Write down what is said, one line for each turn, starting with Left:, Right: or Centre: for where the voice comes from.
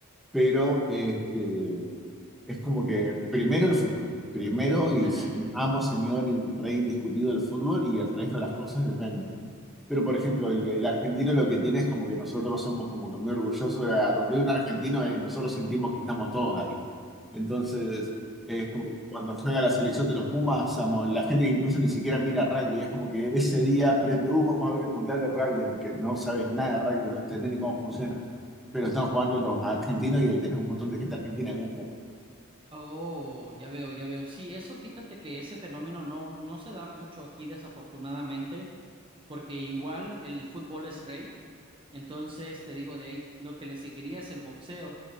Centre: Pero este, es como que primero el fútbol, primero y
Right: <laughs>
Centre: se- amo, señor y rey discutido del fútbol y el resto de las cosas depende. Pero, por ejemplo, el, el argentino lo que tiene es como que nosotros somos como que muy orgullosos de a donde hay un argentino eh, nosotros sentimos que estamos todos ahí. Entonces, es como que cuando juega la selección de los Pumas, amo, la gente que incluso ni siquiera mira rugby, es como que ese día aprende, uh, vamos a ver el Mundial de Rugby, aunque no sabes nada de rugby, no entendés ni cómo funciona. Pero están jugando los argentinos y ahí tenés un montón de gente argentina viendo.
Right: Oh, ya veo, ya veo. Sí, eso fíjate que ese fenómeno no, no se da mucho aquí, desafortunadamente. porque igual el fútbol es rey, entonces te digo, de ahí lo que le seguiría es el boxeo,